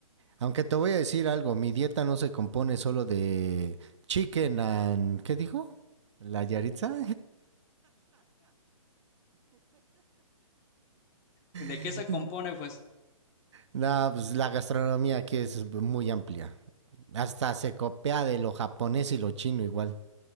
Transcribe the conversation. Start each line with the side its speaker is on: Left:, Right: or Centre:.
Right: Aunque te voy a decir algo, mi dieta no se compone solo de chicken and... ¿Qué dijo? ¿La Yaritza?
Left: ¿Y de
Right: <laughs>
Left: qué se compone? Pues
Right: no, pues la gastronomía aquí es muy amplia. Hasta se copia de lo japonés y lo chino igual.